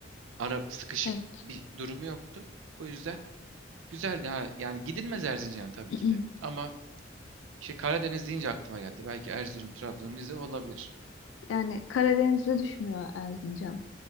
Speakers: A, on the right; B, on the left.
A: Ara sıkışık
B: evet.
A: bir durumu yoktu. Bu yüzden güzel daha yani gidilmez Erzincan'a tabii
B: <clears throat>
A: ki de. Ama işte Karadeniz deyince aklıma geldi. Belki Erzurum, Trabzon, Rize olabilir.
B: Yani Karadeniz'e düşmüyor Erzincan.